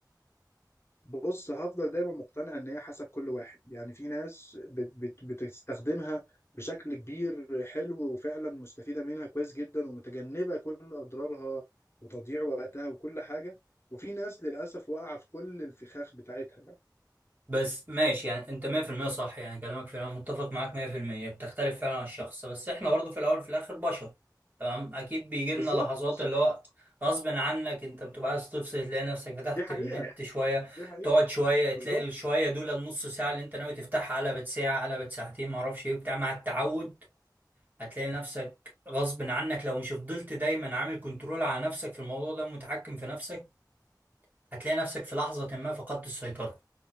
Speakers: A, on the left; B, on the right.
A: بص هفضل دايما مقتنع ان هي حسب كل واحد يعني في ناس بت بت بتستخدمها بشكل كبير حلو وفعلا مستفيدة منها كويس جدا ومتجنبة كل اضرارها وتضييع وقتها وكل حاجة وفي ناس للاسف واقعة في كل الفخاخ بتاعتها يعني
B: بس ماشي يعني انت 100% صح يعني كلامك فعلا متفق معاك 100% بتختلف فعلا على الشخص بس احنا برضه في الاول وفي الاخر بشر تمام اكيد بيجي
A: بالظبط
B: لنا لحظات
A: بالظبط
B: اللي هو غصب عنك انت بتبقى عايز تفصل تلاقي نفسك فتحت
A: دي حقيقة
B: النت شويه
A: دي حقيقة
B: تقعد شويه
A: بالظبط
B: تلاقي الشويه دول النص ساعه اللي انت ناوي تفتحها قلبت ساعه قلبت ساعتين ما اعرفش ايه بتاع مع التعود هتلاقي نفسك غصب عنك لو مش فضلت دايما عامل كنترول على نفسك في الموضوع ده ومتحكم في نفسك هتلاقي نفسك في لحظه ما فقدت السيطره